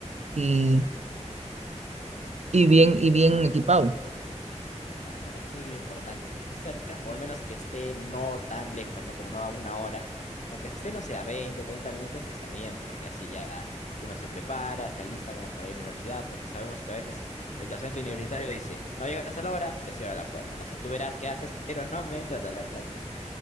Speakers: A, on the right; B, on the left.
A: y, y bien, y bien equipado.
B: Claro, eso es lo importante, que esté cerca, o al menos que esté no tan lejos, ¿no? Como no a una hora. Con que esté, no sé, a 20, 30 minutos está bien, porque así ya uno se prepara, se alista como para ir a la universidad, porque sabemos que a veces el docente universitario dice, no llegas a la hora, te cierro la puerta, no sé, tú verás qué haces, <laughs> pero no me entras a la clase.